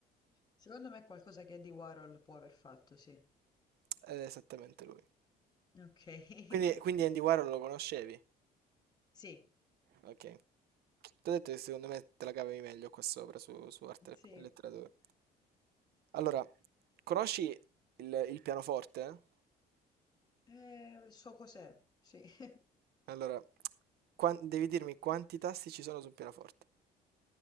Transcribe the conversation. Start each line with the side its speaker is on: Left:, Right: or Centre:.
Left: Secondo me è qualcosa che Andy Warhol può aver fatto, sì.
Right: Ed è esattamente lui.
Left: Ok.
Right: Quindi, quindi
Left: <laughs>
Right: Andy Warhol lo conoscevi?
Left: Sì,
Right: Ok. Ti ho detto che secondo me te la cavi meglio qua sopra su, su arte
Left: sì.
Right: e letteratura. Allora, conosci il, il pianoforte?
Left: Eh, so cos'è, sì. <laughs>
Right: Allora, quan- devi dirmi quanti tasti ci sono su un pianoforte.